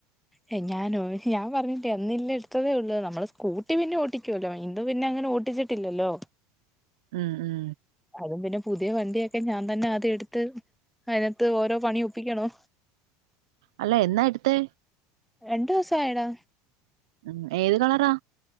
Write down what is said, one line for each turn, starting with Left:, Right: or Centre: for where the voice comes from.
Centre: ഹേയ് ഞാനോ ഞാൻ പറഞ്ഞിട്ടേ അന്നില്ലേ എടുത്തതേ ഒള്ളു നമ്മള് സ്കൂട്ടി പിന്നെ ഓട്ടിക്കുവല്ലോ ഇത് പിന്നെ അങ്ങനെ ഓട്ടിച്ചി ട്ടില്ലല്ലോ
Right: ഉം ഉം
Centre: അതും പിന്നെ പുതിയ വണ്ടിയൊക്കെ ഞാൻ തന്നെ ആദ്യം എടുത്ത് അതിനത്ത് ഓരോ പണിയൊ പ്പിക്കണോ
Right: അല്ല എന്നാ എട്ത്തേ
Centre: രണ്ട് ദിവസ ആയെടാ
Right: ഉം ഏത് കളറാ